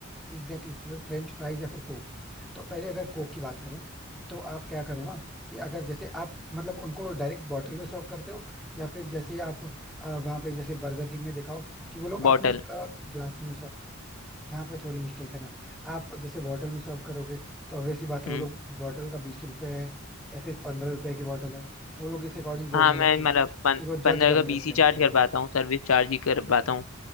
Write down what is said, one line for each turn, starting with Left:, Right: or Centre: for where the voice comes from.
Centre: Exactly French fries या फिर कोक तो पहले अगर कोक की बात करें तो आप क्या करो ना कि अगर जैसे आप मतलब उनको डायरेक्ट बॉटल में सर्व करते हो या फिर जैसे आप आ, वहाँ पे जैसे बर्गर किंग में देखा हो कि वो लोग
Left: बॉटल
Centre: अपने ग्लास में यहाँ पे थोड़ी मिस्टेक है ना आप जैसे बॉटल में सर्व करोगे तो obvious सी बात है
Left: हम्म
Centre: वो लोग बॉटल का बीस रुपए है या फिर पंद्रह रुपए की बॉटल है तो वो लोग इस अकॉर्डिंग जोड़ने
Left: हाँ मैं
Centre: लगते
Left: मतलब
Centre: हैं
Left: पं,
Centre: फिर वो
Left: पंद्रह
Centre: जज करने
Left: का
Centre: लगते
Left: बीस ही
Centre: हैं वैसे
Left: चार्ज कर पाता हूँ सर्विस चार्ज ही कर पाता हूँ